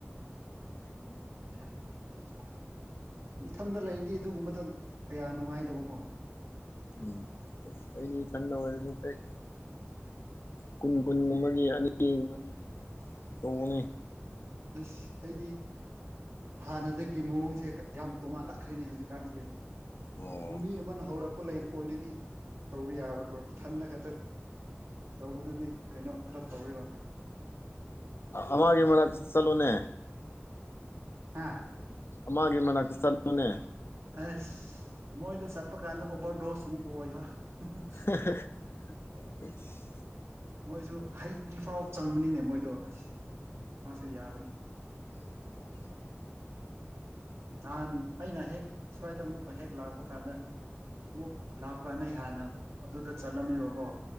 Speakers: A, on the right; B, on the left.
A: <unintelligible> ꯏꯊꯝꯗ ꯂꯩꯔꯗꯤ ꯑꯗꯨꯒꯨꯝꯕꯗꯪ ꯀꯌꯥ ꯅꯨꯡꯉꯥꯏꯗꯕꯀꯣ꯫
B: ꯎꯝ ꯑꯩꯗꯤ ꯊꯟꯗ ꯑꯣꯏꯔꯁꯨ ꯄꯦꯛ ꯀꯨꯟ ꯀꯨꯟꯒꯨꯝꯕꯒꯤ ꯑꯅꯤꯒꯨꯝꯕꯗꯤ ꯇꯣꯡꯉꯅꯤ꯫
A: ꯑꯁ ꯑꯩꯗꯤ ꯍꯥꯟꯅꯗꯒꯤ ꯃꯑꯣꯡꯁꯦ ꯌꯥꯝ ꯇꯣꯉꯜꯂꯛꯈ꯭ꯔꯦꯅꯦ ꯍꯧꯖꯤꯛꯀꯥꯟꯁꯦ꯫
B: ꯑꯣ
A: ꯅꯨꯃꯤ ꯑꯃꯅ ꯍꯧꯔꯛꯄ ꯂꯩ ꯑꯣꯏꯔꯗꯤ꯫ ꯇꯧꯕ ꯌꯥꯕꯀꯣ ꯏꯊꯟꯗ ꯈꯛꯇ ꯇꯧꯕꯗꯨꯗꯤ ꯀꯩꯅꯣ ꯈꯔ ꯇꯧꯋꯦꯕ꯫
B: ꯑꯃꯒꯤ ꯃꯅꯥꯛꯇ ꯆꯠꯂꫭꯅꯦ꯫
A: ꯍꯥꯥ꯫
B: ꯑꯃꯥꯒꯤ ꯃꯅꯥꯛꯇ ꯆꯠꯂꫭꯅꯦ꯫
A: ꯑꯁ ꯃꯣꯏꯗ ꯆꯠꯄ ꯀꯥꯟꯗ ꯑꯣꯚꯔꯗꯣꯁ ꯑꯃꯨꯛꯀ ꯑꯣꯏꯕ <unintelligible>
B: <unintelligible>
A: ꯃꯣꯏꯁꯨ ꯍꯩꯗ꯭ꯔꯤꯐꯥꯎ ꯆꯪꯕꯅꯤꯅꯦ ꯃꯣꯏꯗꯣ ꯑꯁ ꯃꯥꯁꯨ ꯌꯥꯕꯅꯤ꯫
B: <inaudible>
A: ꯅꯍꯥꯟ ꯑꯩꯅ ꯍꯦꯛ ꯁ꯭ꯋꯥꯏꯗ ꯑꯃꯨꯛꯀ ꯍꯦꯛ ꯂꯥꯛꯄ ꯀꯥꯟꯗ꯫ ꯑꯃꯨꯛ ꯂꯥꯛꯄꯀꯥꯟꯗ ꯑꯩ ꯍꯥꯟꯅ ꯑꯗꯨꯗ ꯆꯠꯂꯝꯃꯦꯕꯀꯣ꯫